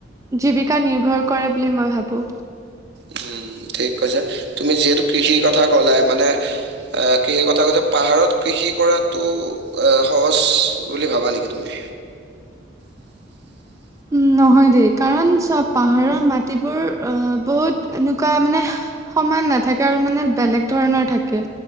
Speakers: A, on the right; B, on the right.
A: জীৱিকা নিৰ্ভৰ কৰে বুলি মই ভাবো।
B: উম, ঠিক কৈছে। তুমি যিহেতু কৃষিৰ কথা ক'লাই মানে এ কৃষি ক কৈ পাহাৰত কৃষি কৰাতটো এ সহজ বুলি ভাবা নিকি তুমি? <unintelligible>
A: উম নহয় দেই, কাৰণ চোৱা পাহাৰৰ মাটিবোৰ অ বহুত এনেকুৱা মানে সমান নাথাকে আৰু মানে বেলেগ ধৰণৰ থাকে।